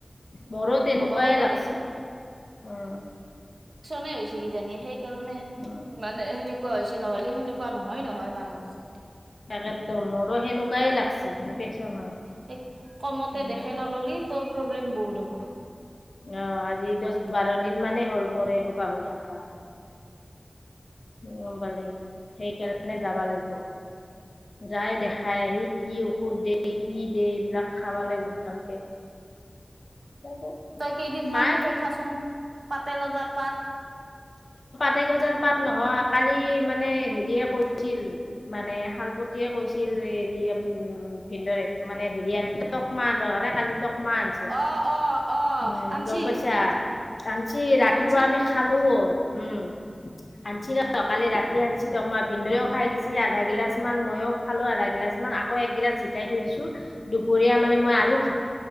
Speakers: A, on the left; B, on the right.
A: মোৰো তেনেকুৱাই
B: হ'বাও পাৰে।
A: লাগছে উ।
B: নে হৈছে কি জানি সেইকাৰণে
A: উম
B: মানে সেনেকুৱা হৈছে নহ'লে সেনেকুৱা নহয় নহয়। মানস।
A: তাকেতো মোৰো সেনেকুৱাই লাগিছে ইনফেকচন হয়।
B: এক কমতে
A: উম
B: দেখে নললি তোৰ প্ৰব্লেম বহুত হ'ব।
A: আহ আজি দছ বাৰ দিন মানেই হ'ল মোৰ এনেকুৱা হৈ থকা। গম পালি সেইকাৰণে যাবা লাগিব। যায় দেখাই আহি কি কুত দে কি দে এইবিলাক খাবা লাগিব ভালকে তাৰপিছত
B: তই কেইদিনমান
A: মাক
B: সেই খাচোন পাতে গজাৰ পাত।
A: পাতেগজাৰ পাত নহয় কালি মানে হেৰিয়ে কৈছিল মানে শালপতিয়ে কৈছিল হেৰি উম ভিন্দৰে মানে হেৰি আন টকমাহ আনিব কাৰণে কালি টকমা আনছিল
B: অ অ অ
A: উম
B: আনছি
A: গম পাইছা আনিছি ৰা ৰাতিপুৱা
B: আনছি
A: আমি খালো উম আঞ্চিৰা কালি ৰাতি আনিছি তক মই ভিনন্দদৈও খাই গিলাছ আধা গিলাচ মান ময়ো খালো আধা গিলাচ মান আকৌ এক গিলাচ জিকাই থৈ দিছো দুপৰীয়া মানে মই আৰু খাম,